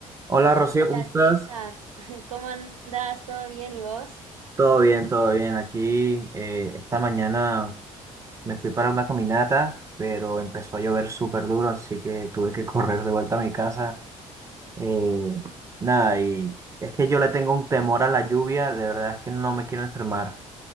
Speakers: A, on the right; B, on the right.
A: Hola Rocío,
B: Hola
A: ¿cómo estás?
B: César, <laughs> ¿cómo andás? ¿Todo bien? ¿Y vos?
A: Todo bien, todo bien. Aquí eh, esta mañana me fui para una caminata, pero empezó a llover súper duro, así que tuve que <laughs> correr de vuelta a mi casa. Eh, nada, y es que yo le tengo un temor a la lluvia, de verdad es que no me quiero enfermar.